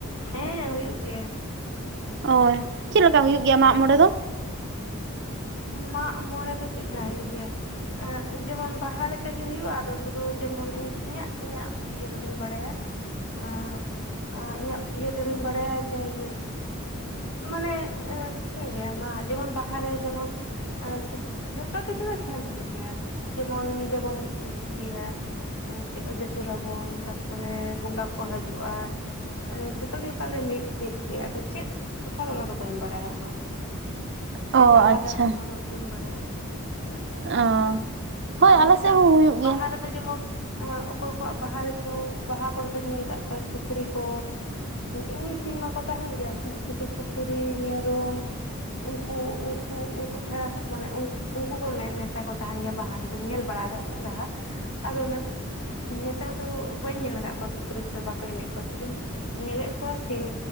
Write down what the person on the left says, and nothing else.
ᱦᱮᱸ ᱦᱩᱭᱩᱜ ᱜᱮᱭᱟ
ᱢᱟᱜ ᱢᱚᱬᱮ ᱫᱚ ᱪᱮᱫᱠᱟ ᱦᱩᱭᱩᱜ ᱜᱮᱭᱟ ᱡᱮᱢᱚᱱ ᱵᱟᱦᱟ ᱞᱮᱠᱟ ᱠ ᱜᱮ ᱦᱩᱭᱩᱜᱼᱟ ᱟᱫᱚ ᱥᱩᱫᱷᱩ ᱡᱮᱢᱚᱱ ᱤᱧᱟᱹᱜ ᱤᱧᱟᱹᱜ ᱤᱭᱟᱹ ᱛᱫᱚᱧ ᱵᱟᱲᱟᱭᱟ ᱟᱜ, ᱟᱜ ᱤᱧᱟᱹᱜ ᱤᱭᱟᱹ ᱛᱮᱫᱚᱧ ᱵᱟᱲᱟᱭᱟ ᱡᱮ ᱤᱭᱟᱹ ᱢᱟᱱᱮ ᱪᱤᱠᱟᱹᱭ ᱜᱮᱭᱟᱢ ᱢᱟ ᱡᱮᱢᱚᱱ ᱵᱟᱦᱟ ᱨᱮ ᱡᱮᱢᱚᱱ ᱟᱨ ᱡᱚᱛᱚ ᱠᱤᱪᱷᱩ ᱜᱮ ᱥᱮᱢ ᱧᱚᱜ ᱜᱮᱭᱟ ᱡᱮᱢᱚᱱ ᱧᱤᱫᱟᱹ ᱵᱚᱱ ᱤᱭᱟᱹᱭᱟ ᱟᱨ ᱪᱮᱫ ᱠᱚ ᱛᱩᱨ ᱟᱵᱚᱱ ᱛᱟᱨᱯᱚᱨᱮ ᱵᱚᱸᱜᱟ ᱠᱚ ᱦᱤᱡᱩᱜᱼᱟ᱾ ᱡᱷᱚᱛᱚ ᱜᱮ ᱯᱟᱞᱮ ᱢᱤᱫ ᱢᱤᱫ ᱜᱮ ᱟᱫᱚ ᱪᱮᱫ ᱛᱚᱯᱷᱟᱛ ᱚᱱᱟ ᱫᱚ ᱵᱟᱹᱧ ᱵᱟᱲᱟᱭᱟ ᱩᱱᱟᱜ᱾ ᱪᱮᱫ
ᱟᱞᱟᱫᱟ ᱚᱱᱟ ᱫᱚ ᱵᱟᱹᱧ ᱵᱟᱲᱟᱭᱟ ᱩᱱᱟᱜ ᱫᱚ
ᱟᱫᱚ
ᱪᱮᱛᱟ
ᱵᱟᱦᱟ ᱨᱮᱫᱚ ᱡᱮᱢᱚᱱ ᱚᱠᱚᱭ ᱠᱚᱣᱟᱜ ᱵᱟᱦᱟ ᱨᱮᱪᱚᱝ ᱵᱟᱦᱟ ᱠᱚᱨᱮ ᱫᱚᱧ ᱧᱮᱞ ᱟᱠᱟᱫ ᱠᱚᱣᱟ ᱥᱩᱠᱨᱤ ᱠᱚ ᱮᱢᱱᱤ ᱥᱤᱢ ᱢᱟ ᱠᱚ ᱛᱟᱦᱮᱸᱱ ᱜᱮᱭᱟ ᱥᱮ ᱠᱤᱱᱛᱩ ᱥᱩᱠᱨᱤ, ᱢᱮᱨᱚᱢ ᱩᱱᱠᱩ ᱩᱱᱠᱩ ᱩᱱᱠᱩ ᱪᱷᱟᱲᱟ ᱢᱟᱱᱮ ᱩᱱᱠᱩ ᱠᱚ ᱢᱮᱥᱟ ᱠᱚ ᱛᱟᱦᱮᱱ ᱜᱮᱭᱟ ᱵᱟᱦᱟ ᱨᱮ ᱫᱚ᱾ ᱧᱮᱞ ᱵᱟᱲᱟ ᱟᱠᱟᱫ ᱠᱚᱶᱟᱧ ᱞᱟᱦᱟ ᱟᱫᱚ ᱱᱚᱱ ᱱᱮᱛᱟᱨ ᱫᱚ ᱵᱟᱹᱧ ᱧᱮᱞ ᱟᱠᱟᱫ ᱠᱚᱣᱟ ᱥᱩᱠᱨᱤ ᱠᱚᱫᱚ ᱵᱟᱠᱚ ᱮᱢᱮᱫ ᱠᱚᱣᱟ ᱥᱩᱫᱷᱩᱧ ᱧᱮᱞᱮᱫ ᱠᱚᱣᱟ ᱥᱤᱢ